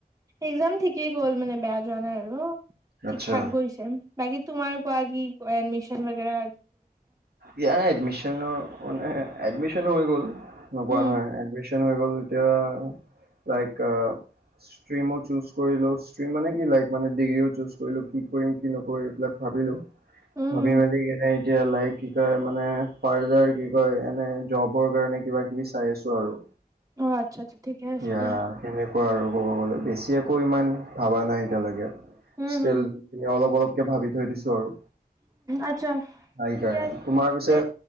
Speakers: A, on the right; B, on the right.
A: এক্জাম ঠিকেই গ'ল মানে বেয়া যোৱা নাই আৰু।
B: আচ্ছা
A: ঠিক থাক গৈছে বাকী তোমাৰ কোৱা কি এডমিচন বাগাৰা
B: ইয় এডমিশনৰ মানে এডমিশন হৈ গল। নকোৱা
A: উম
B: নহয় এগভেচন হৈ গ'ল এতিয়া লাইক আহ। ষ্ট্ৰীমো চুজ কৰিলোঁ, ষ্ট্ৰীম মানে কি লাইক মানে ডিগ্ৰীও চুজ কৰিলোঁ কি কৰিম কি নকৰিম এবিলাক ভাবিলো
A: উম
B: ভাবি
A: হম
B: মেলি কেনে এতিয়া লাইক কি কয় মানে ফাৰ্দাৰ কি কয় এনে জবৰ কাৰণে কিবা কিবি চাই আছো আৰু।
A: অ আচ্ছা আচ্ছা ঠিকে আছে
B: এয়া
A: দিয়া
B: সেনেকুৱা আৰু। বেছি একো ইমান ভবা নাই এতিয়ালৈকে
A: উম
B: ষ্টিল
A: হম
B: অলপ অলপ কে ভাবি থৈ দিছোঁ আৰু।
A: আচ্ছা
B: সেইকাৰণে
A: ঠিকে আছে
B: তোমাৰ পিছে
A: এ